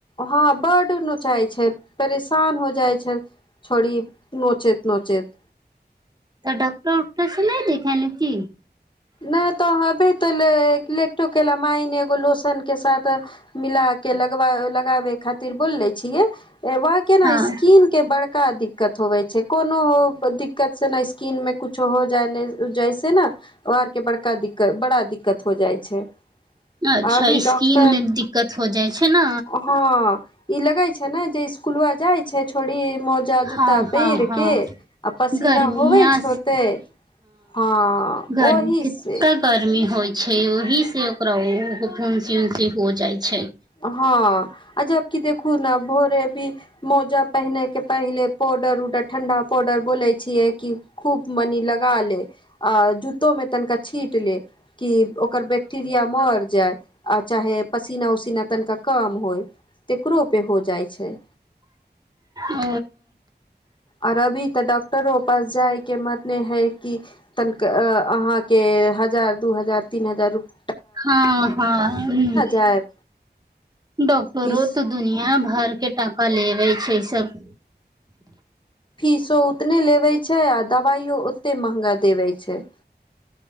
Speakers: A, on the left; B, on the right.
A: हँ बड नोचाइ छै परेशान हो जाइ छै छोड़ी नोचैत नोचैत
B: तऽ डॉकटर उक्टर से नहि देखाय नकि
A: नहि तो हबे लेटमइन एगो लोशन के साथ मिल के लग लगाबे खातिर बोलले छियै वहके ने
B: हँ
A: स्क्रीनके बड़का दिक्कत होबै छै कोनो दिक्कत से ने स्किन मे कुछो हो जाइ जाइस ने आर के बड़का दिक्कत बड़ा दिक्कत हो जाइ छै
B: अच्छा
A: अभी
B: स्किन
A: डॉक्टर
B: मे दिक्कत हो जाइ छै ने
A: हँ ई लगै छै ने जे कुल आ जाइ छै छोड़ी मोजा
B: हँ
A: जूता पहिर
B: हँ हँ
A: के आ पसीना
B: गर्मिया
A: होवे छै होते हँ
B: गरम
A: ओहि
B: कितना
A: से
B: गर्मी हो छै ओहि से ओकरा फुंसी उन्सी हो जाइ छै
A: हँ आ जब की देखू न भो रहे अभी मोजा पहने के पहले पाडर उडर ठंडा पाउडर बोले छीय की खूब मलिलेय लगा ले आ जूतो में तनिका छीट ले कि ओकर बैक्टेरिया मर जाय आ चाहे पसीना उसीना तनिका काम होइ तेकरो पे हो जाइ छै
B: ओ
A: ओर अभी तऽ डॉक्टरो पास जाय के मत नहि है कि तनिक अहाँके हजार दू हजार तीन हजार रुप
B: हँ हँ ह
A: जायब
B: डॉक्टरो
A: फीस
B: तऽ दुनिया घर के टाका लेबे छै सब
A: फीसो उतने लेबै छै आ दबाइो ओते महगा देबै छै